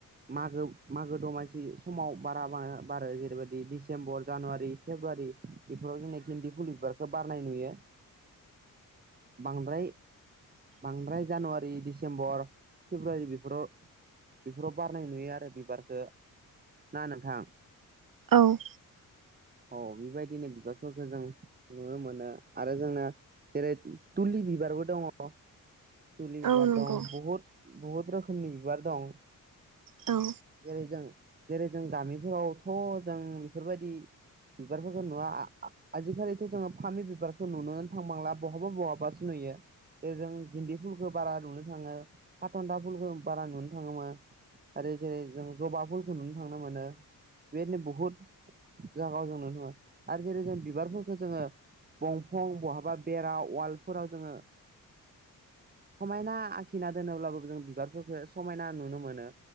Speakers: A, on the right; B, on the right.
A: मागो मागो दमासि समाव बारा बां बारो जेरैबायदि डिसेम्बर जानुवारि फेब्रुवारि बेफोराव जोंनि गिन्दि फुलु बिबारखौ बारनाय नुयो। बांद्राय बांद्राय जानुवारि डिसेम्बर फेब्रुवारि बिफोराव बेफोराव बारनाय नुयो आरो बिबारखौ ना नोंथा?
B: औ
A: औ बेबायदिनो बिबारफोरखौ जों नुनो मोनो आरो जोंना जेरै थुलि बिबारबो दङ। थुलि बिबार
B: औ नंगौ
A: दं बहुद बहुद रोखोमनि बिबार दं।
B: औ
A: जेरै जों जेरै जों गामिफोरावथ' जों बेफोरबायदि बिबारफोरखौ नुवा आजिखालिथ' जोङो फामि बिबारखौ नुनो थांबांला बहाबा बहाबासो नुयो। जे जों गिन्दि फुलखौ बारा नुनो थाङो हाथन्था फुलखौ बारा नुनो थाङोमोन। आरो जेरै जों जबा फुलखौ नुनो थांनो मोनो बेदिनो बुहुद जागायाव जों नुनो मोनो आरो जेरै जों बिबारफोरखौ जोङो दंफां बहाबा बेरा वालफोराव जोङो समायना आखिना दोनोब्लाबो जों बिबारफोरखौ समायना नुनो मोनो।